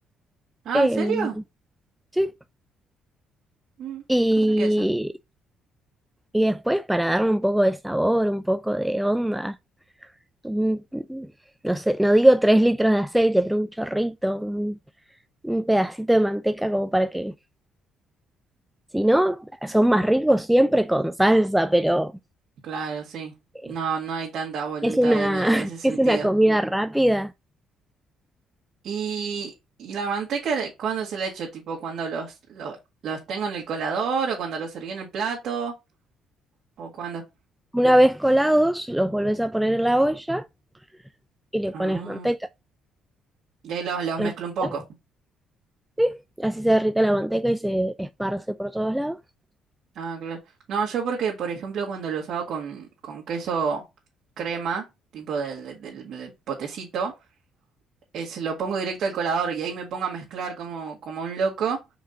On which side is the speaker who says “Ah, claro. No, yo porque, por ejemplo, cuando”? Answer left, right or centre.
Right